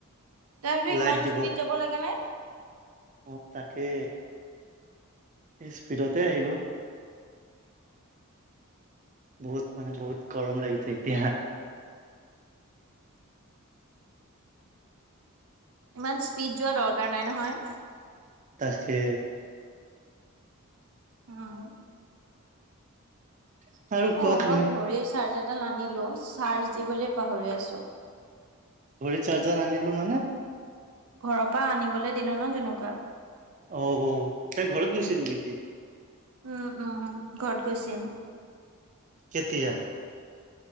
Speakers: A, on the right; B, on the right.
A: তাৰপিছত
B: লাইট
A: ইমান
B: দিব
A: স্পীড যাব লাগে নে
B: অ তাকে স্পীডতে আহিলো বহুত মানে বহুত গৰম লাগিছে এতিয়া
A: ইমান স্পীড যোৱা দৰকাৰ নাই নহয়
B: তাকে
A: অ
B: <unintelligible>
A: অ
B: তুমি
A: মই ঘড়ীৰ চাৰ্জডাল আনিলো চাৰ্জ দিবলে পাহৰি আছো
B: ঘড়ী চাৰ্জাৰ আনিলো মানে
A: ঘৰৰ পৰা আনিবলে দিলো ন জুনুকা
B: অ তাই ঘৰত গৈছিল নেকি
A: উম উম ঘৰত গৈছিল
B: কেতিয়া